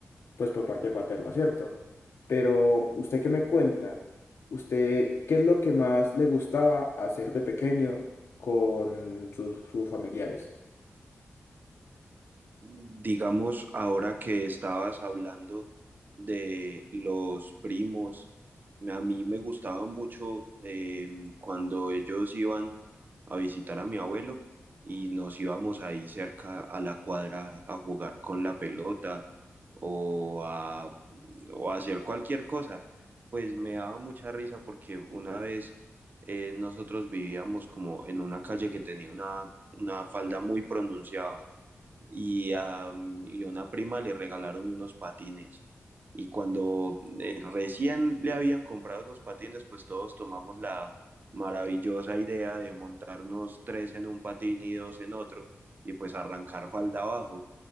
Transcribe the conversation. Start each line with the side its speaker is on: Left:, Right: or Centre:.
Left: pues por parte paterna, ¿cierto? Pero usted qué me cuenta, usted qué es lo que más le gustaba hacer de pequeño con sus, sus familiares.
Right: Digamos, ahora que estabas hablando de los primos, me- a mí me gustaba mucho eh, cuando ellos iban a visitar a mi abuelo y nos íbamos ahí cerca a la cuadra a jugar con la pelota o a, o a hacer cualquier cosa. Pues me daba mucha risa porque una vez eh, nosotros vivíamos como en una calle que tenía una, una falda muy pronunciada y a y a una prima le regalaron unos patines. Y cuando eh, recién le habían comprado esos patines, pues todos tomamos la maravillosa idea de montarnos tres en un patín y dos en otro, y pues arrancar falda abajo.